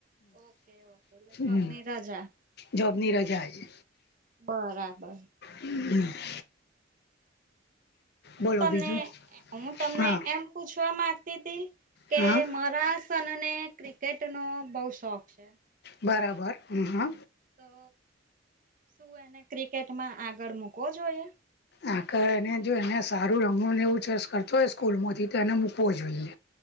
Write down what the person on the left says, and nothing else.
હમ
જોબની રજા આજે
હ
બોલો
બીજું
હા
હા
બરાબર હ-હા
આ એને જો એને સારું રમવું એવું જસ્ટ કરતો હોય સ્કૂલ માંથી તો એને મૂકવો જોઈએ